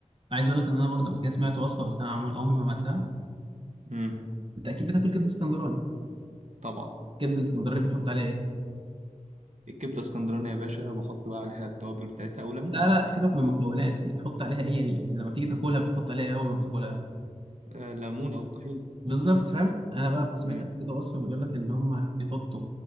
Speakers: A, on the right; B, on the right.
A: عايز اقول لك ان انا برضه قبل كده سمعت وصفه بس انا عمري عمري ما عملتها
B: امم
A: انت اكيد بتاكل كبده اسكندراني
B: طبعا
A: الكبده الاسكندراني بتحط عليها ايه
B: الكبده اسكندراني يا باشا بحط بقى عليها التوابل بتاعتها او ليمون
A: لا
B: يعني
A: لا سيبك
B: او
A: من
B: لم-
A: المكونات بتحط عليها ايه يعني لما تيجي تاكلها بتحط عليها إيه اول ما بتاكلها
B: آه، ليمون او طحينه
A: بالظبط فاهم انا بقى سمعت
B: امم
A: كده وصفه بيقول لك ان هم يحطوا